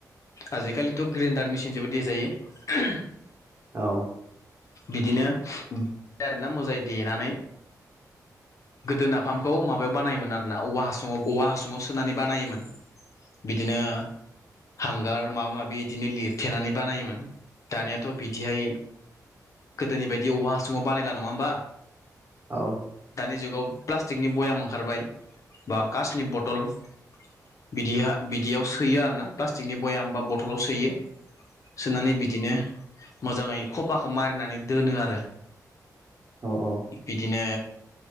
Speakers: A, on the left (about 50°); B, on the right (about 35°).
A: आजिखालिथ' ग्रेन्डार मेसिन जोबो देजायो
B: औ
A: बिदिनो <unintelligible> दे आरोना मोजाङै देनानै गोदो नाफामखौ माबायाव बानायोमोन आरो ना औवा हासुङाव औवा हासुङाव सोनानै बानायोमोन बिदिनो हांगार माबा माबि इदिनो लिरथेनानै बानायोमोन दानियाथ' बिदिहाय गोदोनि बायदि औवा हासुङाव बानायला नङा होमबा
B: औ
A: दानि जुगाव प्लास्टिकनि भयाम ओंखारबाय बा कासनि बतल बिदिहा बिदियाव सोयो आरो ना प्लास्टिकनि भयाम बा बतलाव सोयो सोनानै बिदिनो मोजाङै खफाखौ मारिनानै दोनो आरो
B: औ औ
A: बिदिनो